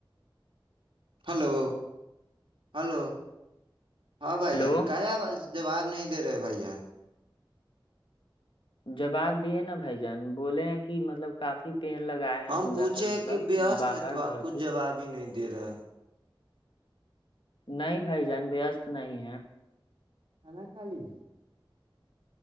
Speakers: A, on the right; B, on the left.
A: ہلو ہلو ہاں
B: ہلو
A: بھائی جان کا آواز جواب نہیں دے رہے بھائی جان
B: جواب دیے نا بھائی جان بولے ہیں کہ مطلب کافی پیڑ لگائے ہیں
A: ہم
B: دورا
A: پوچھے
B: پہ
A: ہیں
B: مطلب
A: کہ وست
B: باہر
A: ہے تو
B: گھر
A: آپ کچھ
B: کے
A: جواب ہی نہیں د دیرہ
B: نہیں بھائی جان بیستست نہیں ہے
A: کانا کا لی